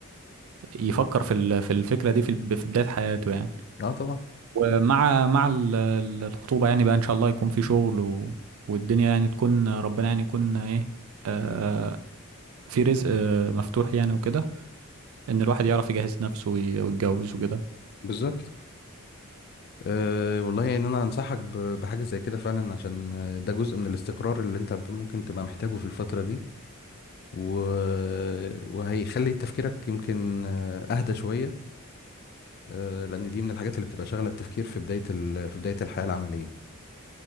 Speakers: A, on the right; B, on the left.
A: يفكر في ال- في الفكره دي في ال- في بدايه حياته يعني
B: اه طبعا
A: ومع مع ال- ال- الخطوبة يعني بقى إن شاء الله يكون في شغل و... والدنيا يعني تكون ربنا يعني يكون إيه آه في رزق آه، مفتوح يعني وكده إن الواحد يعرف يجهز نفسه وي- ويتجوز وكده
B: بالظبط أه والله ان انا انصحك ب- بحاجه زي كده فعلا عشان آه، ده جزء من الاستقرار اللي انت ب- ممكن تبقى محتاجه في الفتره دي و... وهيخلي تفكيرك يمكن آه، اهدى شويه أه لان دي من الحاجات اللي بتبقى شاغله التفكير في بدايه ال... في بدايه الحياه العمليه